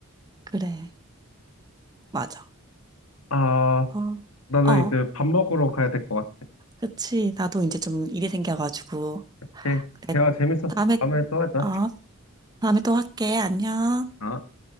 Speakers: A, on the right (about 20°); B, on the left (about 85°).
A: 그래. 맞아.
B: 아,
A: 어,
B: 나는
A: 어,
B: 이제 밥 먹으러 가야 될 것 같아.
A: 그치. 나도 이제 좀 일이 생겨가지고.
B: 오케이.
A: 그래.
B: 대화 재밌었어.
A: 다음에,
B: 다음에 또 하자.
A: 어, 다음에 또 할게. 안녕.
B: 아.